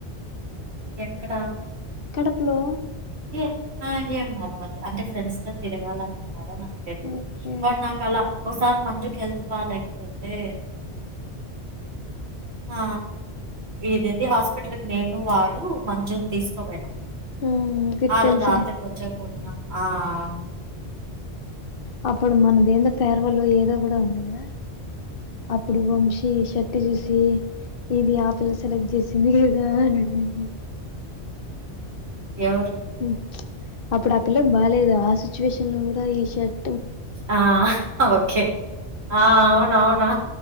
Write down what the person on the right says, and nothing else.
ఎక్కడా
ఏ ఆ ఏం అబ్బ అంటే ఫ్రెండ్స్ తో తిరగాలని ఉన్నాడో నాక్ తెలీదు
వాడు నాకు అలా ఓసారి మంజకి హెల్త్ బాగా లేకపోతే ఆ ఇదేది హాస్పిటల్కి నేను వాడు మంజుని తీసుకో పోయినమ్
ఆరోజు
రాత్రి కొంచము మోనా ఆఆ
ఎవరు
ఆ ఓకే ఆ అవునవునా